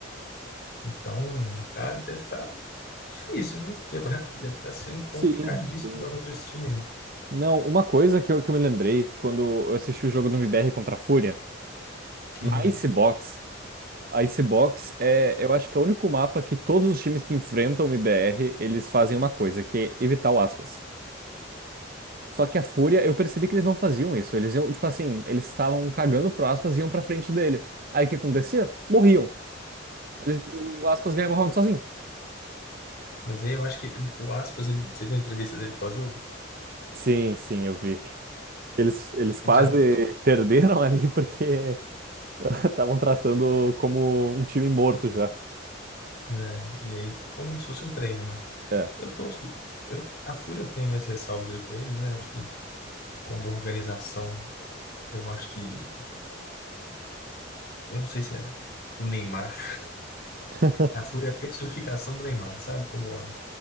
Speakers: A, on the left (about 50°); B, on the right (about 45°).
A: Então, tá, deve estar Difícil, viu? Quebrar deve estar sendo complicadíssimo
B: Sim, sim.
A: jogar contra esse time aí.
B: Não, uma coisa que eu, que eu me lembrei quando eu assisti o jogo do MBR contra a Fúria, na
A: Uhum.
B: Icebox, a Icebox é, eu acho que é o único mapa que todos os times que enfrentam o MBR, eles fazem uma coisa, que é evitar o aspas. Só que a Fúria, eu percebi que eles não faziam isso. Eles iam, tipo assim, eles estavam cagando pro aspas e iam pra frente dele. Aí o que acontecia? Morriam. Eles, o aspas ganhava o round sozinho.
A: Mas aí eu acho que o Aspas, ele, você viu a entrevista dele pós-jogo?
B: Sim, sim, eu vi. Eles, eles quase
A: Ele já.
B: perderam ali porque Estavam tratando como um time morto já.
A: É, e aí, como se fosse um treino, né?
B: É.
A: Eu tô. Eu, a Fúria eu tenho minhas ressalvas ali com eles, né? Eu acho que, como organização, eu acho que. Eu não sei se é o Neymar.
B: <laughs>
A: A Fúria é a personificação do Neymar, sabe? Como org.